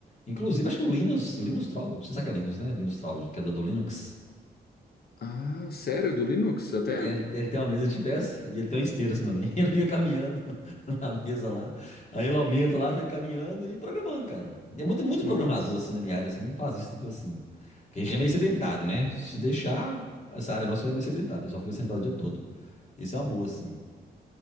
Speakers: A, on the left (about 40°); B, on the left (about 60°).
A: Inclusive, acho que o Linus, Linus Torvalds, você sabe que é Linus, né? Linus Torvalds, o criador do Linux.
B: Ah, sério, do Linux até?
A: Ele, ele tem uma mesa de pés e ele tem uma esteira assim também. <laughs> Ele fica caminhando <laughs> na mesa lá. Aí ele aumenta lá, fica caminhando e programando, cara. E é muito, muito
B: Nossa.
A: programador assim na minha área, assim, faz isso, entendeu? Assim. Porque a gente é meio sedentário, né? Se deixar, essa área nossa já é meio sedentária, o pessoal fica sentado o dia todo. Isso é uma boa, assim.